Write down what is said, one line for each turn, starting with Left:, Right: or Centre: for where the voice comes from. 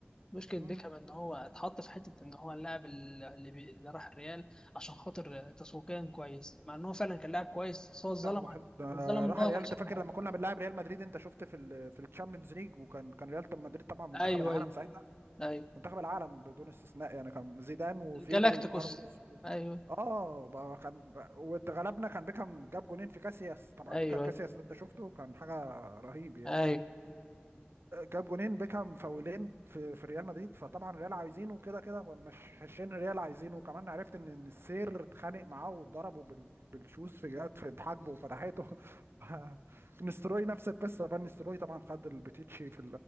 Left: مشكلة
Right: مم.
Left: بيكهام إن هو اتحط في حتة إن هو اللاعب اللي, بي... اللي راح الريال عشان خاطر تسويقيا كويس مع إن هو فعلا كان لاعب كويس بس هو اتظلم
Right: لا هو حلو ده
Left: اتظلم
Right: راح
Left: إن هو
Right: الريال
Left: كان
Right: انت
Left: شكله
Right: فاكر
Left: حلو
Right: لما كنا بنلاعب ريال مدريد انت شفت في ال في الشامبيونز ليج وكان كان ريال مدريد طبعا منتخب
Left: أيوه
Right: العالم
Left: أيوه
Right: ساعتها
Left: أيوه
Right: منتخب العالم بدون استثناء يعني كان زيدان وفيجو
Left: الجالاكتيكوس
Right: وكارلوس و...
Left: أيوه
Right: اه بقى كان واتغلبنا كان بيكهام جاب جونين في كاسياس طبعا
Left: أيوه
Right: ايكر كاسياس
Left: أيوه
Right: ده انت شفته كان حاجه رهيب يعني
Left: أيوه
Right: جاب جونين بيكهام فاولين في في ريال مدريد فطبعا الريال عايزينه كده كده مش حشين الريال عايزينه وكمان عرفت ان إن السير اتخانق معاه واتضربه بال... بالشوز في جهات في حاجبه وفتحته <laughs> نستروي نفس القصه فان نستروي طبعا خد البتيتشي في